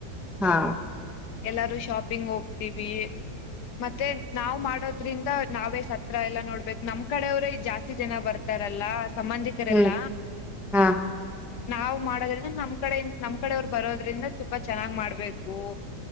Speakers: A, in the centre; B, on the left.
A: ಹಾ
B: ಎಲ್ಲಾರು ಶಾಪಿಂಗ್ ಹೋಗ್ತೀವಿ ಮತ್ತೆ ನಾವ್ ಮಾಡೋದ್ರಿಂದ ನಾವೇ ಸತ್ರ ಎಲ್ಲಾ ನೋಡ್ಬೇಕು ನಮ್ ಕಡೆವ್ರೇ ಜಾಸ್ತಿ ಜನ ಬರ್ತಾ ರಲ್ಲ ಸಂಬಂಧಿಕರೆಲ್ಲ
A: ಹ್ಮ್ ಹಾ
B: ನಾವ್ ಮಾಡೋದ್ರಿಂದ ನಮ್ ಕಡೆ ನಮ ಕಡೆವ್ರು ಬರೋದ್ರಿಂದ ತುಂಬಾ ಚೆನ್ನಾಗ್ ಮಾಡ್ಬೇಕು